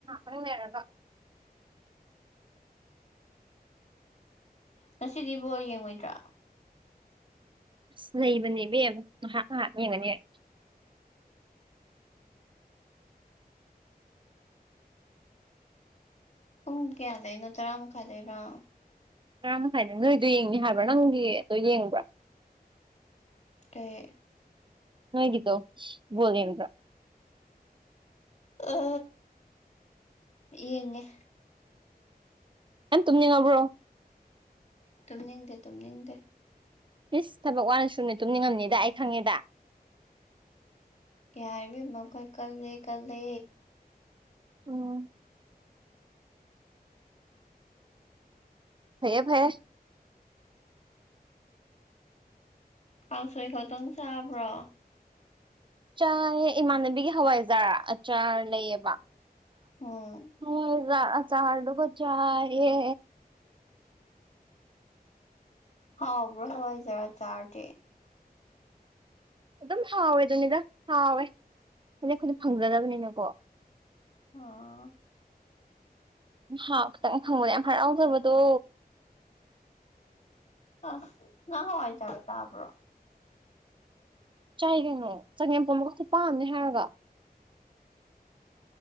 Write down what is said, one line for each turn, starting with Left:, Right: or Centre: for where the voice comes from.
Right: ꯇꯪ ꯅꯩꯔꯒ꯫
Left: ꯉꯁꯤꯗꯤ ꯕꯣꯜ ꯌꯦꯡꯉꯣꯏꯗ꯭ꯔꯥ
Right: ꯑꯁ ꯂꯩꯕꯅꯦ ꯏꯕꯦꯝꯃ ꯉꯍꯥꯛ ꯉꯍꯥꯛ ꯌꯦꯡꯒꯅꯤ ꯑꯩ
Left: ꯄꯨꯡ ꯀꯌꯥꯗꯩꯩꯅꯣ ꯇꯔꯥꯃꯈꯥꯏꯗꯩꯩꯔꯣ
Right: ꯇꯔꯥꯃꯈꯥꯏꯗ ꯅꯣꯏꯗꯣ ꯌꯦꯡꯅꯤ ꯍꯥꯏꯕ꯭ꯔꯥ ꯅꯪꯒꯤ ꯗꯣ ꯌꯦꯡꯕ꯭ꯔꯥ
Left: ꯀꯩ
Right: ꯅꯣꯏꯒꯤꯗꯣ ꯕꯣꯜ ꯌꯦꯡꯕꯔ꯭ꯥ
Left: ꯑ ꯌꯦꯡꯉꯦ꯫
Right: ꯌꯥꯝ ꯇꯨꯝꯅꯤꯡꯉꯕ꯭ꯔꯣ
Left: ꯇꯨꯝꯅꯤꯡꯗꯦ ꯇꯨꯝꯅꯤꯡꯗꯦ
Right: ꯏꯁ ꯊꯕꯛ ꯋꯥꯅ ꯁꯨꯝꯅꯤ ꯇꯨꯝꯅꯤꯡꯉꯝꯅꯤꯗ ꯑꯩ ꯈꯪꯉꯦꯗ
Left: ꯌꯥꯔꯦ ꯏꯕꯦꯝꯃ ꯑꯈꯣꯏ ꯀꯜꯂꯦ ꯀꯜꯂꯦ
Right: ꯑꯣ ꯐꯩꯌꯦ ꯐꯌꯦ
Left: ꯀꯥꯡꯁꯣꯏ ꯈꯛꯇꯪ ꯆꯥꯕ꯭ꯔꯣ
Right: ꯆꯥꯏꯌꯦ ꯏꯃꯥꯟꯅꯕꯤꯒꯤ ꯍꯋꯥꯏꯖꯥꯔ ꯑꯆꯥꯔ ꯂꯩꯌꯦꯕ
Left: ꯎꯝ
Right: ꯍꯋꯥꯏꯖꯥꯔ ꯑꯆꯥꯔꯗꯨꯒ ꯆꯥꯏꯌꯦ
Left: ꯍꯥꯎꯕ꯭ꯔꯣ ꯍꯋꯥꯏꯖꯥꯔ ꯑꯆꯥꯔꯗꯤ
Right: ꯑꯗꯨꯝ ꯍꯥꯎꯋꯦ ꯑꯗꯨꯅꯤꯗ ꯍꯥꯎꯋꯦ ꯍꯥꯏꯗꯤ ꯑꯩꯈꯣꯏꯗꯤ ꯐꯪꯖꯗꯕꯅꯤꯅꯀꯣ
Left: ꯍꯥ
Right: ꯃ ꯍꯥꯎ ꯈꯇꯪ ꯐꯪꯕꯗ ꯌꯥꯝ ꯍꯔꯥꯎꯖꯕꯗꯣ
Left: ꯑꯥ ꯅꯪ ꯍꯋꯥꯏꯖꯥꯔ ꯆꯥꯕꯔ꯭ꫭ
Right: ꯆꯥꯏ ꯀꯩꯅꯣ ꯆꯒꯦꯝꯄꯣꯝꯕꯒ ꯈꯨꯄꯥꯝ ꯑꯝꯅꯦ ꯍꯥꯏꯔꯒ